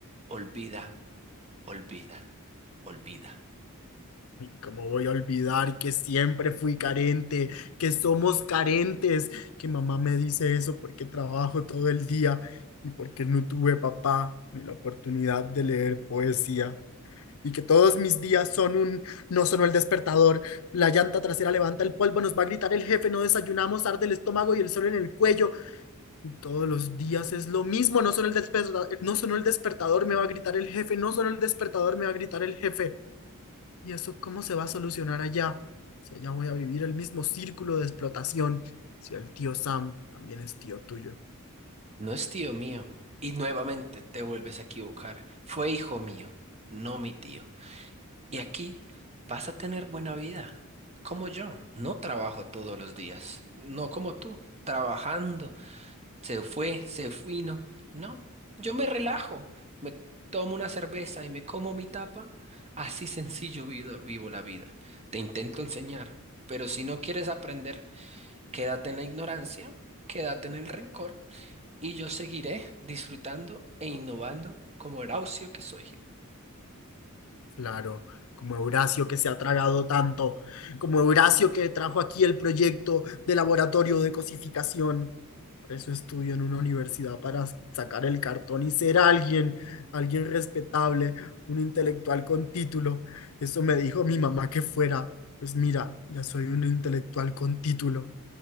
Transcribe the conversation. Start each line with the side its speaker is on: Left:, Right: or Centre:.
Right: Olvida Olvida, olvida.
Left: Y cómo voy a olvidar que siempre fui carente, que somos carentes, que mamá me dice eso porque trabajo todo el día y porque no tuve papá ni la oportunidad de leer poesía. Y que todos mis días son un, no sonó el despertador, la llanta trasera levanta el polvo, nos va a gritar el jefe, no desayunamos, arde el estómago y el sol en el cuello. Todos los días es lo mismo, no solo el despertador, no sonó el despertador, me va a gritar el jefe, no solo el despertador, me va a gritar el jefe. ¿Y eso cómo se va a solucionar allá? Si allá voy a vivir el mismo círculo de explotación, si el tío Sam también es tío tuyo.
Right: No es tío mío. Y nuevamente te vuelves a equivocar. Fue hijo mío, no mi tío. Y aquí vas a tener buena vida. Como yo. No trabajo todos los días. No como tú. Trabajando. Se fue, se fino. No. Yo me relajo. Me tomo una cerveza y me como mi tapa. Así sencillo vivo, vivo la vida. Te intento enseñar. Pero si no quieres aprender, Quédate en la ignorancia, quédate en el rencor, y yo seguiré disfrutando e innovando como Horacio que soy.
Left: Claro, como Eurasio que se ha tragado tanto, como Eurasio que trajo aquí el proyecto de laboratorio de cosificación. Por eso estudio en una universidad para sacar el cartón y ser alguien, alguien respetable, un intelectual con título. Eso me dijo mi mamá que fuera. Pues mira, ya soy un intelectual con título